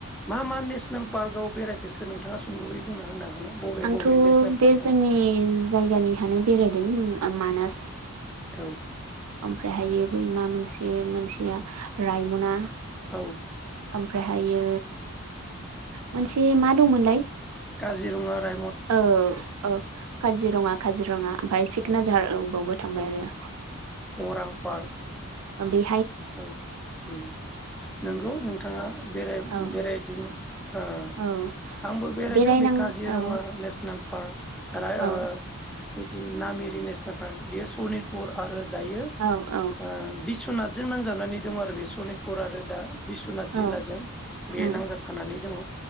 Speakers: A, in the centre; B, on the right.
A: मा मा नेसनेल पार्कआव बेरायफेरखो नोंथाङा सुंद'यै बुंना होनो हागोन ना बबे
B: आंथ'
A: बबे नेसनेल
B: बे
A: पार्कआव
B: जोंनि जायगानिहानो बेरायदों मानास
A: औ
B: ओमफ्रायहायो बै मा मोनसे मोनसेया रायमना
A: औ
B: ओमफ्रायहायो मोनसे मा दंमोनलाय
A: काजिरङा रा
B: औ औ काजिरङा काजिरङा ओमफ्राय सिखनाझार
A: औ
B: औ बेयावबो थांबाय
A: औ
B: आरो
A: अरां पार्क
B: ओम बे
A: औ ओम नंगौ नोंथाङा बेराय-बेरायदिङो।
B: औ
A: ओ
B: औ
A: आंबो बेरायदों
B: बेरायनां
A: बे काजिरङा
B: औ
A: नेसनेल पार्क आरो
B: औ
A: ओ बिथिं नामेरि नेसनेल पार्क बेयो सनितपुर आरो दायो
B: औ औ
A: ओ बिस्वनाथ जों नांजाबनानै दं आरो बे सनितपुर आरो दा बिस्वनाथ जिल्लाजों
B: औ
A: बे
B: उम
A: नांजाबफानानै दङ